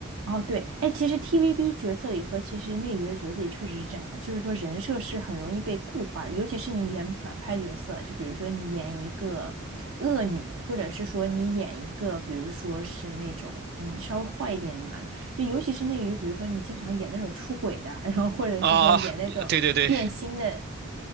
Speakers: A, on the right; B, on the right.
A: 哦，对，哎，其实 TVB 角色里和其实内娱的角色里确实是这样的，就是说人设是很容易被固化的，尤其是你演反派角色，就比如说你演一个恶女，或者是说你演一个，比如说是那种嗯稍微坏一点的男，就尤其是内娱，比如说你经常演那种出轨的，<laughs> 然后或者是说演那种变心的
B: 啊，对对对，